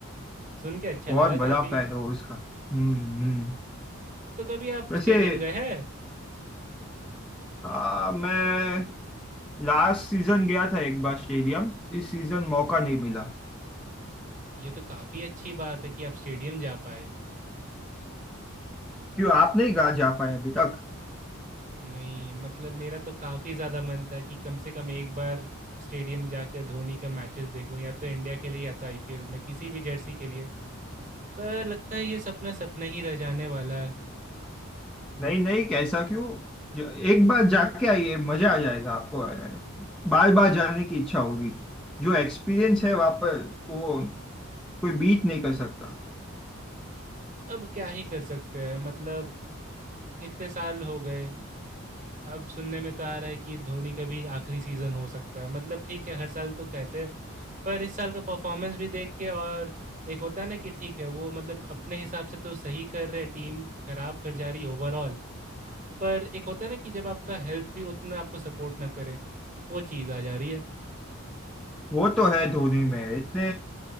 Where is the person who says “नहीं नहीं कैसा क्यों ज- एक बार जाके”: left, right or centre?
Centre